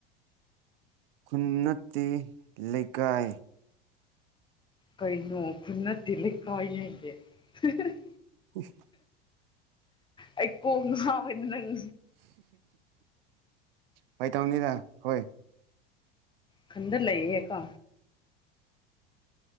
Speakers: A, on the right; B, on the left.
A: ꯈꯨꯟ ꯅꯠꯇꯦ ꯂꯩꯀꯥꯏ
B: ꯀꯩꯩꯅꯣ ꯈꯨꯟ ꯅꯠꯇꯦ ꯂꯩꯀꯥꯏꯅꯦ ꯍꯥꯏꯔꯤꯁꯦ
A: ꯎꯐ
B: ꯑꯩ ꯀꯣꯛ ꯉꯥꯎꯋꯦ ꯅꯪ
A: ꯐꯥꯒꯤ ꯇꯧꯅꯤꯗ ꯍꯣꯏ
B: ꯈꯨꯟꯗ ꯂꯩꯌꯦ ꯀꯣ